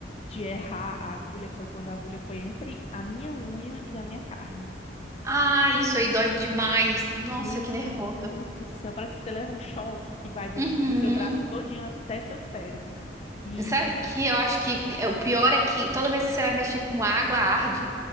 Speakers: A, on the left; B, on the right.
A: de errar a agulha foi quando a agulha foi entre a minha unha e a minha carne.
B: Ah, isso aí dói demais. Nossa,
A: Meu
B: que nervoso.
A: Deus do céu, parece que você leva um choque que vai dur-
B: Uhum.
A: no seu braço todinho até seu cérebro. E
B: Sabe o que eu acho que é, o pior é que toda vez que você vai mexer com água, arde.